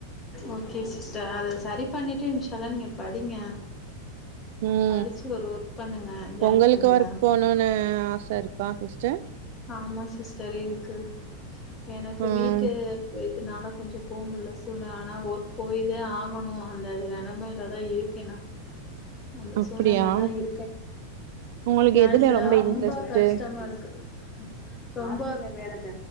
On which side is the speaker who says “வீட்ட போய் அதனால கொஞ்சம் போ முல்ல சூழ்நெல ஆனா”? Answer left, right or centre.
Left